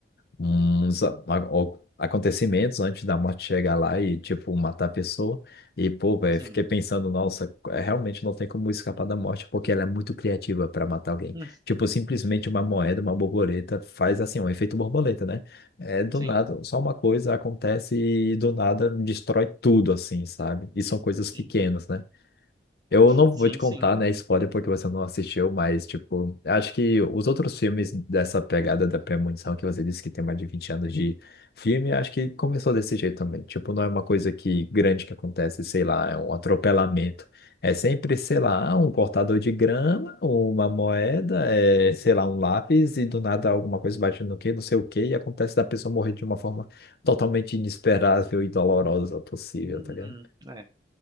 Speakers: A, on the left (about 55°); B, on the right (about 20°).
A: uns a- a- o- acontecimentos antes da morte chegar lá e, tipo, matar a pessoa. E, pô, velho,
B: sim.
A: fiquei pensando, nossa, é, realmente não tem como escapar da morte, porque ela é muito criativa para matar alguém.
B: Hum,
A: Tipo, simplesmente uma moeda, uma borboleta, faz assim, um efeito borboleta, né? É do
B: sim.
A: nada, só uma coisa acontece e do nada destrói tudo, assim, sabe? E são coisas
B: Sim.
A: pequenas, né? Eu não
B: Sim,
A: vou te contar,
B: sim.
A: né, spoiler, porque você não assistiu, mas, tipo, acho que os outros filmes dessa pegada da premonição, que você disse que tem mais de 20 anos de filme, acho que começou desse jeito também. Tipo, não é uma coisa que grande que acontece, sei lá, é um atropelamento. É sempre, sei lá, ah, um cortador de grama, uma moeda, é, sei lá, um lápis, e do nada alguma coisa bate no quê, não sei o quê, e acontece da pessoa morrer de uma forma totalmente inesperável e dolorosa possível,
B: Hum,
A: tá ligado?
B: hum, é.